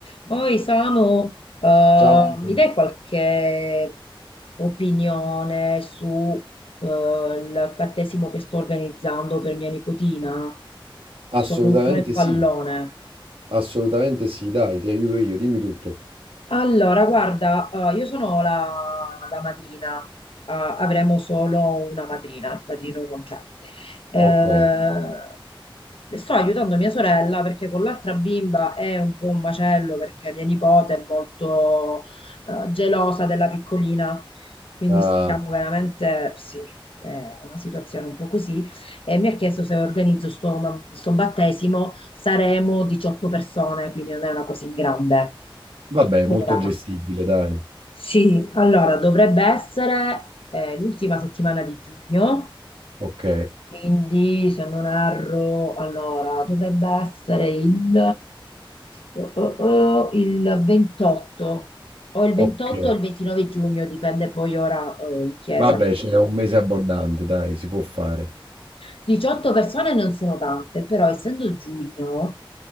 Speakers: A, on the left; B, on the right.
A: Poi, Samu, eh,
B: Ciao Antonio.
A: mi dai qualche opinione su, eh, il battesimo che sto organizzando per mia nipotina?
B: Assolutamente
A: Sono un po' nel pallone.
B: sì, assolutamente sì, dai, ti aiuto io, dimmi tutto.
A: Allora, guarda, eh, io sono la, la madrina, eh, avremo solo una madrina, il padrino non c'è. Eh,
B: Ok.
A: sto aiutando mia sorella perché con l'altra bimba è un po' un macello perché mia nipote è molto, eh, gelosa della piccolina, quindi
B: Ah,
A: stiamo veramente, sì, è una situazione un po' così. E mi ha chiesto se organizzo sto, sto battesimo, saremo 18 persone, quindi non è una cosa in grande.
B: vabbè, molto
A: Ora,
B: gestibile, dai.
A: sì, allora dovrebbe essere eh, l'ultima settimana di giugno,
B: Ok,
A: quindi se non erro, allora dovrebbe essere il, oh, oh, oh, il 28 o il 28
B: ok.
A: o il 29 giugno, dipende poi ora eh, in chiesa.
B: Vabbè, c'è un mese abbondante, dai, si può fare.
A: 18 persone non sono tante, però essendo giugno